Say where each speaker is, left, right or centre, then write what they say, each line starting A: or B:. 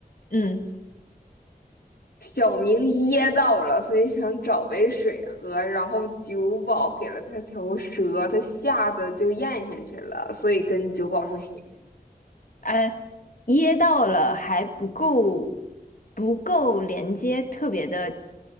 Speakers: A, on the left; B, on the left.
A: 嗯，
B: 小明噎到了，所以想找杯水喝，然后酒保给了他条蛇，他吓得就咽下去了，所以跟酒保说谢谢。
A: 呃，噎到了还不够，不够连接，特别的，